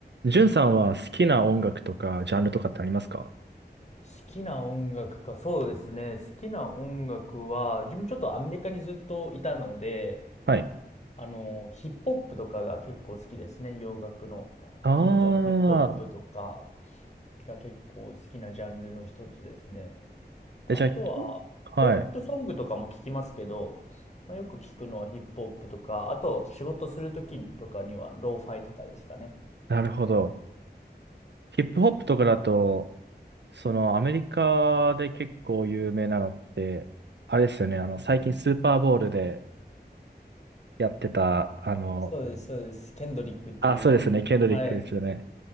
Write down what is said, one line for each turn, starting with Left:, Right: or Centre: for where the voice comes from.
Right: ジュンさんは好きな音楽とかジャンルとかってありますか
Left: 好きな音楽か、そうですね。好きな音楽は、自分ちょっとアメリカにずっといたので、
Right: はい。
Left: あの、ヒップホップとかが結構好きですね。洋楽の。
Right: ああ
Left: アメリカのヒップホップとかが結構好きなジャンルの一つですね。あとは、
Right: え、じゃあ、
Left: ポップソングとかも聞きますけど、
Right: はい。
Left: まあ、よく聞くのはヒップホップとか、あと仕事するときとかにはローファイとかですかね。
Right: なるほど。ヒップホップとかだと、そのアメリカで結構有名なのって、あれですよね、あの、最近スーパーボールでやってた、あの、
Left: そうです、そうです。ケンドリックっていう、
Right: あ、そうですね、ケンドリックですよね。
Left: はい。